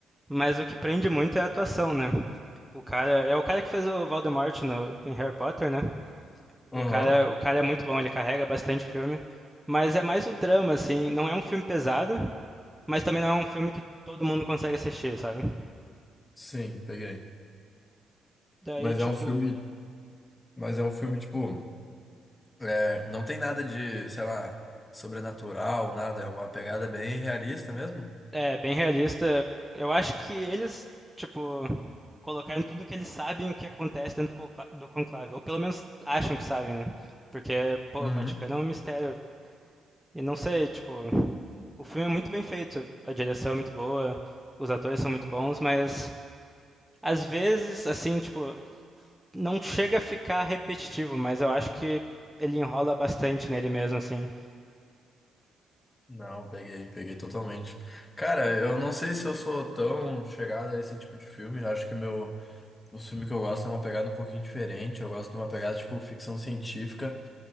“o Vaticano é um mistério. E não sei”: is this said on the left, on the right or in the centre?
Centre